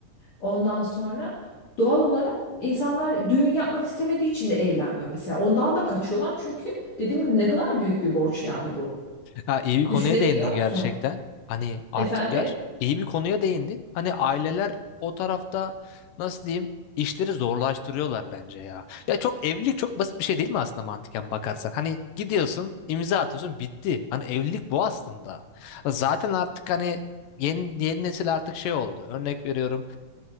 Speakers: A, on the left; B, on the left.
A: Ondan sonra doğal olarak insanlar düğün yapmak istemediği için de evlenmiyor mesela. Ondan da kaçıyorlar çünkü dediğim gibi ne kadar büyük bir borç yani bu.
B: Ha, iyi bir konuya
A: Düşünebiliyor
B: değindin
A: musun?
B: gerçekten. Hani artık
A: Efendim?
B: ger iyi bir konuya değindin. Hani aileler o tarafta nasıl diyeyim işleri zorlaştırıyorlar bence ya. Ya çok evlilik çok basit bir şey değil mi aslında mantıken bakarsan? Hani gidiyorsun, imza atıyorsun, bitti. Hani evlilik bu aslında. Zaten artık hani yeni, yeni nesil artık şey oldu. Örnek veriyorum.